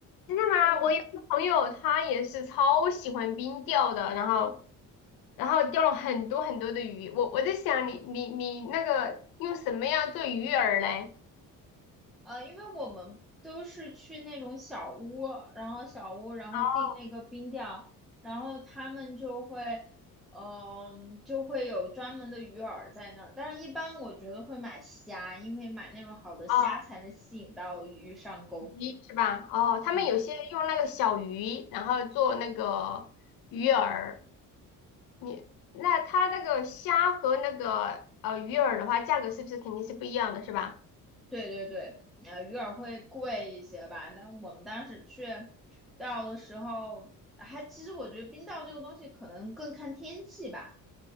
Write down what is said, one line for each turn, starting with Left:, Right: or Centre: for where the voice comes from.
Left: 真的吗？
Centre: 就
Left: 我有一个朋友，他也是超喜欢冰钓的，然后然后钓了很多很多的鱼。我我在想你，你你那个用什么样做鱼饵嘞？
Centre: 呃，因为我们都是去那种小屋，然后小屋，然后订那个冰钓，
Left: 哦
Centre: 然后他们就会，嗯、就会有专门的鱼饵在那儿。但是，一般我觉得会买虾，因为买那种好的虾才能吸引到鱼上钩。
Left: 哦，鱼是吧？哦，他们有些用那个小鱼，
Centre: 嗯。
Left: 然后做那个鱼饵。你那他那个虾和那个呃鱼饵的话，价格是不是肯定是不一样的，是吧？
Centre: 对对对，呃，鱼饵会贵一些吧，但我们当时去钓的时候，还其实我觉得冰钓这个东西可能更看天气吧，